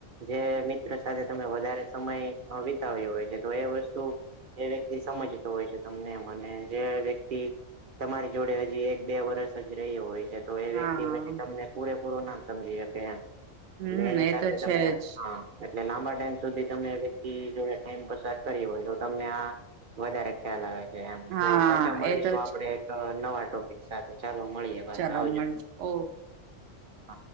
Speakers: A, on the right; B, on the right.
A: જે મિત્ર સાથે તમે વધારે સમય વિતાવ્યો હોય છે તો એ વસ્તુ એ વ્યક્તિ સમજતો હોય છે તમને મ જે વ્યક્તિ તમારી જોડે હજી એક બે વરષ રહ હોય છે તો એ
B: હા
A: વ્યક્તિ પછી તમને પૂરેપૂરું ના સમજી કેમ
B: હમ
A: એટલે એની
B: એ
A: સાથે
B: તો
A: તમે
B: છે જ
A: હા એટલે લાંબા ટાઈમ સુધી તમે વ્યક્તિ જોડે ટાઈમ પસાર કરી હોય તો તમને આ વધારે ખ્યાલ આવે છે એમ
B: હા
A: તો કચા મળીશું
B: એ તો
A: આપડે એક નવા ટોપિક સાથે ચાલો મળીએ પાછા
B: ચલો
A: આવજો
B: મળ ઓકે
A: હા